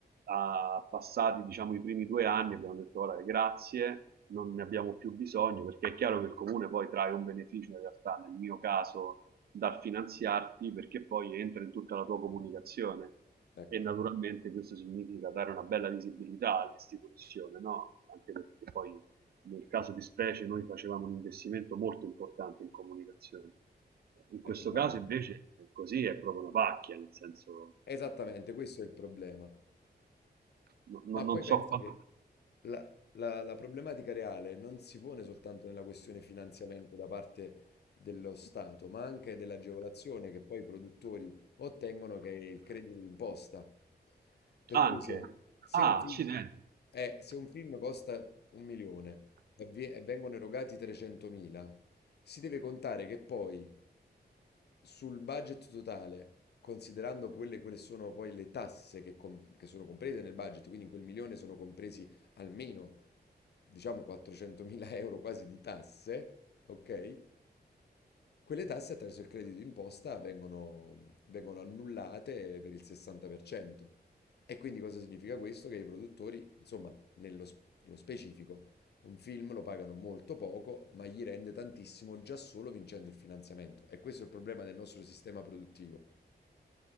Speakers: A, on the right; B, on the left.
A: a passati diciamo i primi due anni abbiamo detto guarda grazie, non ne abbiamo più bisogno perché è chiaro che il comune poi trae un beneficio in realtà, nel mio caso dal finanziarti perché poi entra in tutta la tua comunicazione
B: Ecco,
A: e naturalmente questo significa dare una bella visibilità all'istituzione, no? anche perché poi nel caso di specie noi facevamo un investimento molto importante in comunicazione. In questo
B: eh, immagino.
A: caso invece eh, così è proprio una pacchia, nel senso
B: Esattamente, questo è il problema.
A: no, no,
B: Ma
A: non
B: poi
A: so
B: penso
A: quanto
B: che la, la- la problematica reale non si pone soltanto nella questione finanziamento da parte dello Stato, ma anche dell'agevolazione che poi i produttori ottengono, che è il credito d'imposta. Per
A: anche
B: cui se un, se
A: ah,
B: un film,
A: accidenti.
B: eh, se un film costa un milione e, vie- e vengono erogati 300.000, si deve contare che poi sul budget totale, considerando quelle, quelle sono poi le tasse che, com- che sono comprese nel budget, quindi in quel milione sono compresi almeno, diciamo, 400.000 euro quasi di tasse, ok? Quelle tasse attraverso il credito d'imposta vengono, vengono annullate per il 60%. E quindi cosa significa questo? Che i produttori, insomma, nello, s- nello specifico, un film lo pagano molto poco, ma gli rende tantissimo già solo vincendo il finanziamento. E questo è il problema del nostro sistema produttivo,